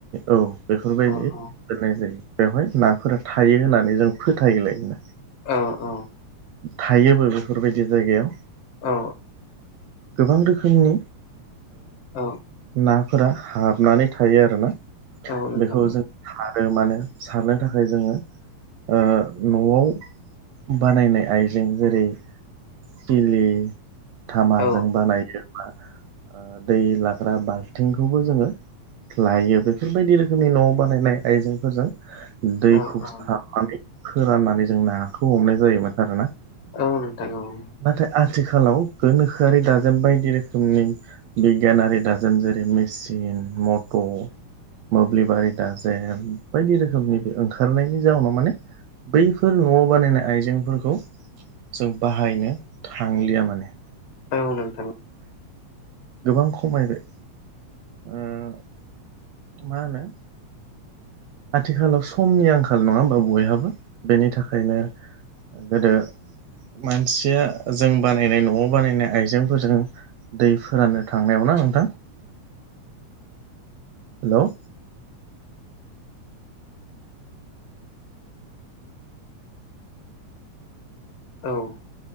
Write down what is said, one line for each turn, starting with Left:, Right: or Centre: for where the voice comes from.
Right: औ बेफोरबायदि
Left: औ औ
Right: दोननाय जायो बेवहाय नाफोरा थायो होननानै जों फोथायोलायोना
Left: अ अ
Right: थायोबो बेफोरबायदि जायगायाव
Left: औ
Right: गोबां रोखोमनि
Left: औ
Right: ना फोरा हाबनानै थायो आरोना
Left: औ नोंथां
Right: बेखौ जों सारो मानो सारनो थाखाय जोङो ओ न'आव बानायनाय आइजें जेरै सिलि धामाजों
Left: औ औ
Right: बानायो ओ दै लाग्रा बाल्थिंखौबो जोङो लायो बेफोर बायदि रोखोमनि न'आव बानायनाय आइजेंफोरजों दैखौ
Left: औ औ
Right: सारनानै फोराननानै जों नाखौ हमनाय जायोमोन आरोना
Left: औ नोंथां औ
Right: नाथाय आथिखालाव गोनोखोआरि दाजाब बायदि रोखोमनि बिगियानारि दाजोम जेरै मेसिन मटर मोब्लिबारि दाजे बायदि रोखोमनि बे ओंखारनायनि जाउनाव माने बैफोर न'आव बानायनाय आइजेंफोरखौ जों बाहायनो थांलिया माने
Left: औ नोंथां।
Right: गोबां खमायबाय ओ मा होनो आथिखालाव समनि आंखाल नङा होमबा बयहाबो बेनि थाखायनो गोदो मानसिया जों बानायनाय न'आव बानायनाय आइजेंफोरजों दै फोराननो थांनायावना नोंथां हेलौ
Left: औ